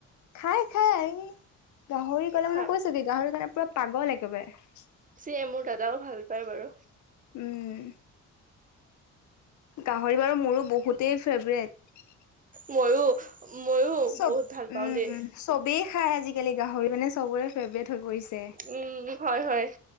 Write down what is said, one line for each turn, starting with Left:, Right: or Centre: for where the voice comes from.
Left: খাই খাই৷ গাহৰি ক'লে
Right: খায়
Left: মানে কৈছো কি গাহৰিৰ কাৰণে পুৰা পাগল একেবাৰে৷
Right: এ মোৰ দাদাও ভাল পায় বাৰু৷
Left: উম৷ গাহৰি বাৰু মোৰো বহুতেই ফেভৰেট৷
Right: ময়ো, ময়ো
Left: চব
Right: বহুত ভাল পাওঁ
Left: উম
Right: দেই৷
Left: চবেই খাই আজিকালি, গাহৰি মানে চবৰে ফেভৰেট হৈ পৰিছে৷
Right: উম হয় হয়৷